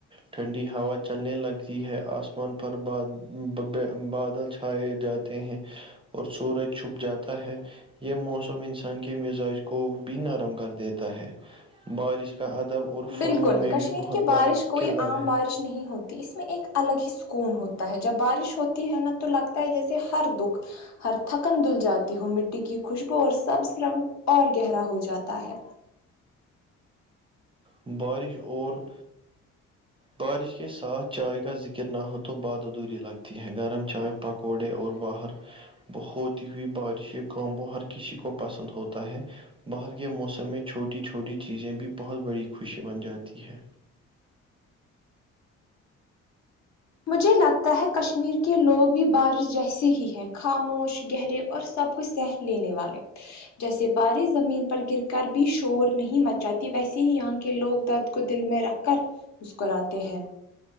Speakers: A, on the right; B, on the left.
A: ٹھنڈی ہوا چلنے لگتی ہے آسمان پر با بباے بادل چھائے جا تے ہیں اور سورج چھپ جاتا ہے یہ موسم انسان کے مزاج کو بھی نرم کر دیتا ہے بارش کا ادب اور
B: بالکل
A: فنون میں
B: کشمیر
A: بھی بہت
B: کی بارش
A: بڑا
B: کوئی
A: کردار
B: عام
A: ہے
B: بارش نہیں ہوتی اس میں ایک الگ ہی سکون ہوتا ہے جب بارش ہوتی ہے نا تو لگتا ہے جیسے ہر دکھ ہر تھکن دھل جاتی ہو مٹی کی خوشبو اور سب سرگ اور گہرا ہو جاتا ہے
A: بارش اور بارش کے ساتھ چائے کا ذکر نہ ہو تو بات ادھوری لگتی ہے گرم چائے پکوڑے اور باہر وہ ہوتی ہوئی بارش یہ کام وہ ہر کسی کو پسند ہوتا ہے باہر کے موسم میں چھوٹی چھوٹی چیزیں بھی بہت بڑی خوشی بن جاتی ہے
B: مجھے لگتا ہے کشمیر کہ لوگ بھی بارش جیسے ہی ہے خاموش گہرے اور سب کچھ سہ لینے والے جیسے بارش زمین پر گر کر بھی شور نہیں مچاتی ویسے ہی یہاں کے لوگ درد کو دل میں رکھ کر مسکراتے ہیں